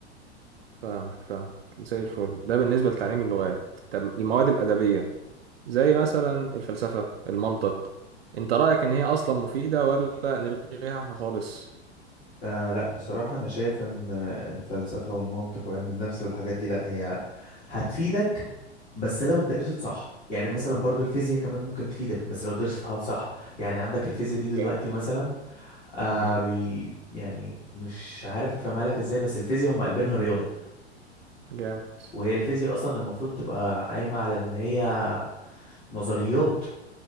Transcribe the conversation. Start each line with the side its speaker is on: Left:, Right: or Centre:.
Right: فاهمك فاهمك زي الفل ده بالنسبة لتعليم اللغات طب المواد الأدبية زي مثلا الفلسفة المنطق أنت رأيك إن هي أصلا مفيدة ولا نلغيها إحنا خالص؟
Left: آه لا بصراحة أنا شايف إن الفلسفة والمنطق وعلم النفس والحاجات دي لا هي هتفيدك بس لو اتدرست صح يعني مثلا برضو الفيزياء كمان ممكن تفيدك بس لو درستها صح يعني عندك الفيزياء دي دلوقتي
Right: جامد
Left: مثلا آه
Right: مم.
Left: بي يعني مش عارف أفهمها لك إزاي بس الفيزياء هم قلبينها رياضة
Right: جامد
Left: وهي الفيزياء أصلا المفروض تبقى قايمة على إن هي نظريات